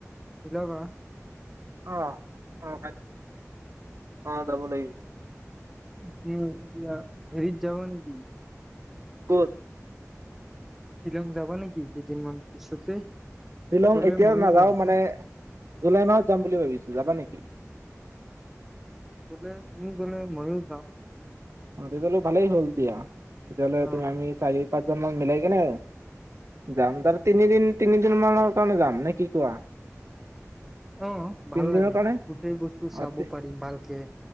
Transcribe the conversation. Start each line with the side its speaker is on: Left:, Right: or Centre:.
Centre: ইলাবা
Right: আহ, অ', কলৈ অ', যাব লাগিব।
Centre: তুমি এতিয়া হেৰিত যাবা নেকি?
Right: কত?
Centre: শ্বিলং যাবা নেকি কেইদিনমান পিছতে?
Right: শ্বিলং
Centre: গ'লে
Right: এতিয়াও
Centre: ময়ো
Right: নাযাওঁ,
Centre: যাম
Right: মানে জুলাই মাহত যাম বুলি ভাবিছোঁ যাবা নেকি?
Centre: গ'লে, তুমি গ'লে মইও যাম।
Right: অ', তেতিয়াহলে ভালেই হ'ল দিয়া, তেতিয়াহ'লে
Centre: অ
Right: তুমি আমি চাৰি পাঁচ জন মান মিলাই কেনে যাম যাম তিনিদিন তিনিদিন মানৰ কাৰণে যাম নে কি কোৱা?
Centre: অ',
Right: তিনিদিনৰ
Centre: ভাল লাগে,
Right: কাৰণে
Centre: গোটেই বস্তু চাব
Right: অ তি
Centre: পাৰিম ভালকে,